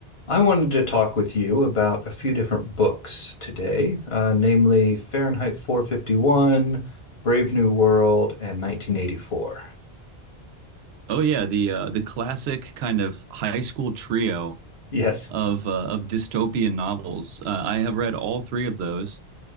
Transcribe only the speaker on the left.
I wanted to talk with you about a few different books today, uh, namely Fahrenheit 451, Brave New World, and 1984.
Yes.